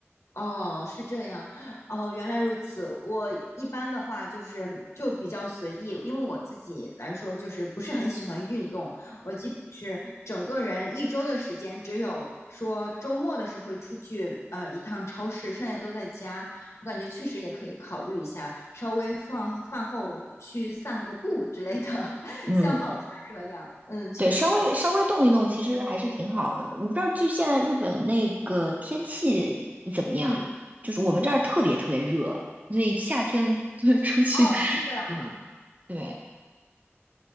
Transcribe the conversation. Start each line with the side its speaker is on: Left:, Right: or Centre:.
Left: 哦，是这样，哦，原来如此。我一般的话就是就比较随意，因为我自己来说就是不是很喜欢运动，我基本是整个人一周的时间，只有说周末的时候会出去呃一趟超市，剩下都在家。我感觉确实也可以考虑一下，稍微放饭后去散个步之类的，<laughs>
Right: 嗯，
Left: 消耗一下热量。嗯，确实是，
Right: 对，稍微稍微动一动，其实还是挺好的。我不知道，就现在日本那个天气怎么样？
Left: 嗯，
Right: 就是我们这儿特别特别热，
Left: 嗯。
Right: 所以夏天就 <laughs> 出去，
Left: 哦，是这样。
Right: 嗯，对，